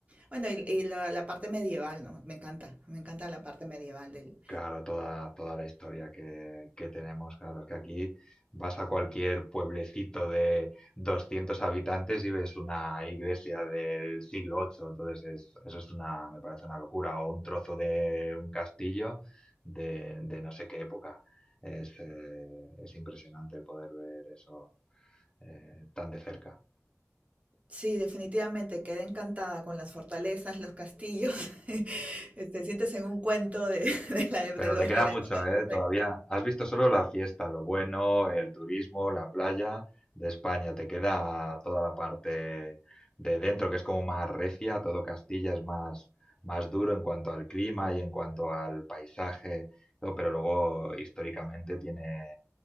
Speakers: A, on the right; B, on the left.
A: Bueno, y, y la, la parte medieval, ¿no? Me encanta, me encanta la parte medieval del...
B: Claro, toda, toda la historia que, que tenemos, claro, es que aquí vas a cualquier pueblecito de 200 habitantes y ves una iglesia del siglo VIII, entonces es- eso es una, me parece una locura, o un trozo de un castillo de, de no sé qué época. Es, eh, es impresionante el poder ver eso eh, tan de cerca.
A: Sí, definitivamente quedé encantada con las fortalezas, los castillos. <laughs> Te sientes en un cuento de, <laughs> de la, de
B: Pero
A: los
B: te queda
A: re- la
B: mucho,
A: época de
B: ¿eh?
A: los reyes.
B: Todavía has visto solo la fiesta, lo bueno, el turismo, la playa de España. Te queda toda la parte de dentro, que es como más recia, todo Castilla es más, más duro en cuanto al clima y en cuanto al paisaje, ¿no? Pero luego históricamente tiene,